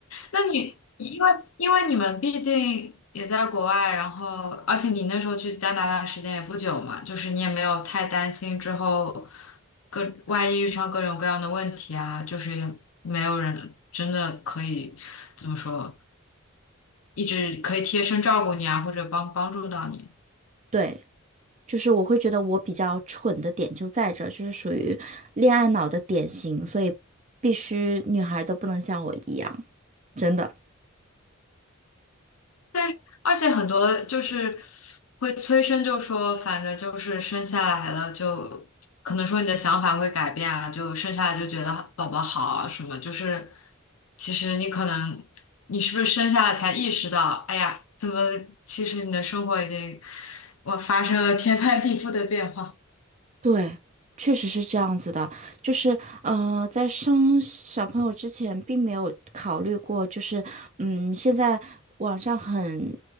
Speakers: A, on the left (about 80°); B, on the right (about 35°).
A: 那你因为因为你们毕竟也在国外，然后而且你那时候去加拿大的时间也不久嘛，就是你也没有太担心之后各万一遇上各种各样的问题啊，就是也没有人真的可以怎么说，一直可以贴身照顾你啊，或者帮帮助到你。
B: 对，就是我会觉得我比较蠢的点就在这儿，就是属于恋爱脑的典型，所以必须女孩都不能像我一样，真的。
A: 但是而且很多就是会催生，就说反正就是生下来了就。可能说你的想法会改变啊，就生下来就觉得宝宝好啊什么，就是其实你可能你是不是生下来才意识到，哎呀，怎么其实你的生活已经我发生了天翻地覆的变化。
B: 对，确实是这样子的，就是呃，在生小朋友之前，并没有考虑过，就是嗯，现在网上很